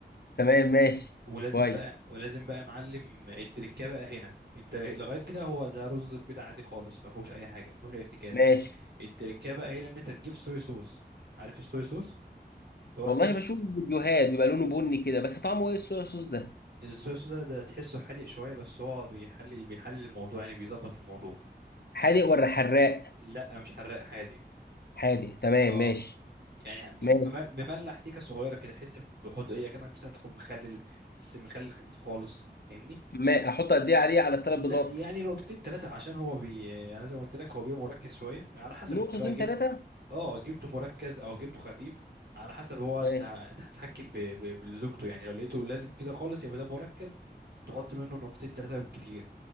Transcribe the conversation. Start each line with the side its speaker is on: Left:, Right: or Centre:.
Left: تمام ماشي
Right: ولازم
Left: كويس
Right: بقى ولازم بقى يا معلم التركه بقى هنا انت لغايه كده هو ده رز بيض عادي خالص ما فيهوش اي حاجه ما فيهوش اي افتكاسه
Left: ماشي
Right: التركية بقى هنا ان انت تجيب صويا صوص عارف الصويا صوص اللي هو
Left: والله
Right: الدبس
Left: بشوف فيديوهات بيبقى لونه بني كده بس طعمه ايه الصويا صوص ده
Right: الصويا صوص ده, ده تحسه حادق شوية بس هو بيحل بيحل الموضوع يعني بيظبط الموضوع
Left: حادق ولا حراق
Right: لا مش حراق حادق
Left: حادق تمام
Right: اه
Left: ماشي
Right: يعني
Left: ماشي
Right: ممل- مملح سيكة صغيرة كده تحس بحدقية كده مثلا بتكون مخلل بس مخلل خفيف خالص فاهمني
Left: ما احط قد ايه عليه على الثلاث
Right: لا
Left: بيضات
Right: يعني نقطتين ثلاثة عشان هو بي انا زي ما قلت لك هو بيبقى مركز شوية على حسب
Left: نقطتين
Right: انت بقى جبت
Left: ثلاثه
Right: اه جبته مركز او جبته خفيف على حسب هو
Left: ماشي
Right: انت انت هتتحكم ب... ب... بزوجته يعني لو لقيته لازق كده خالص يبقى ده مركز تحط منه نقطتين ثلاثة بالكتير